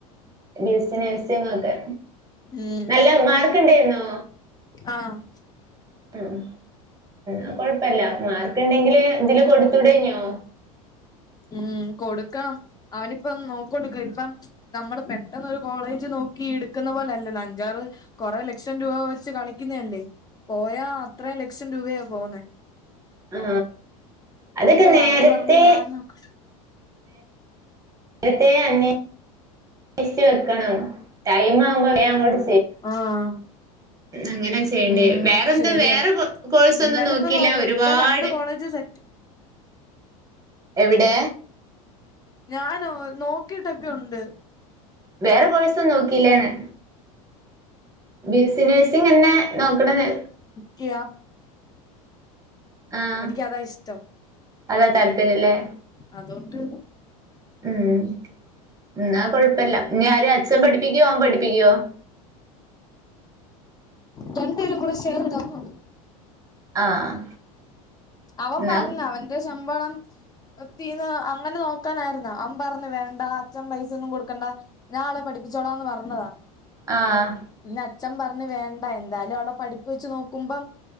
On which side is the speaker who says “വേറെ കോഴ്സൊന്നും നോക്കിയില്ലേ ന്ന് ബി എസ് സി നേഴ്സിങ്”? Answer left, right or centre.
Right